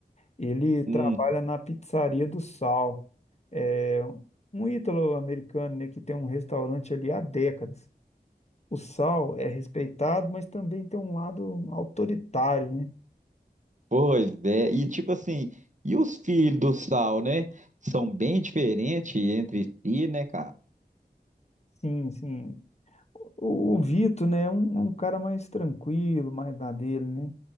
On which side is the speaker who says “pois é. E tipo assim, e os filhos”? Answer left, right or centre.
Right